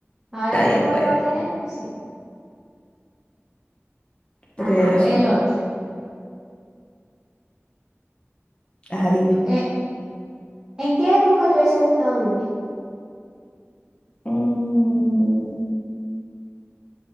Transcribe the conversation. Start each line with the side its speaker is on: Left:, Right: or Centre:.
Right: Ahora,
Left: está
Right: ¿cómo
Left: bien, pues,
Right: él va a querer? No sé. Ajá,
Left: pues tenéis razón.
Right: el otro.
Left: Ajá, dime.
Right: Eh, ¿en qué época te hubiese gustado vivir?
Left: Mm,